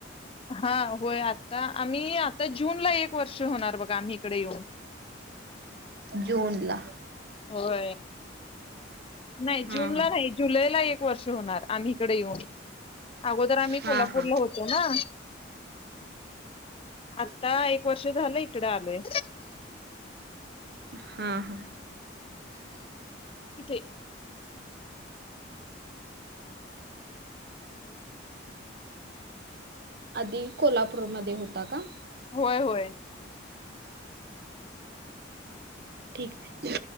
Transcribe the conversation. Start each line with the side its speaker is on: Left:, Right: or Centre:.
Left: हा, होय. आता आम्ही आता जूनला एक वर्ष होणार बघा आम्ही हिकडं येऊन.
Right: जूनला
Left: होय. नाही
Right: हा
Left: जून ला
Right: हा
Left: नाही जुलैला वर्ष होणार आम्हीकडे येऊन अगोदर आम्ही
Right: हा
Left: कोल्हापूरला
Right: हा.
Left: होतोय ना आता एक वर्ष झालं इकड आलोय
Right: हा हा
Left: किथे
Right: आधी कोल्हापूरमध्येध्ये होता का
Left: होय होय
Right: ठीक आहे